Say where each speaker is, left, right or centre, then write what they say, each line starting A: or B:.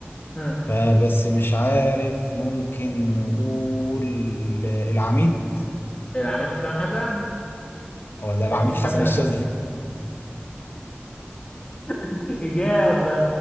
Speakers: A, on the left (about 25°); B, on the left (about 65°).
A: ها
B: فبس مش عارف ممكن نقول العميد
A: العميد حسام حسن
B: ولا العميد
A: سجل
B: حسن
A: كام هدف
B: الشاذلي
A: <laughs> إجابة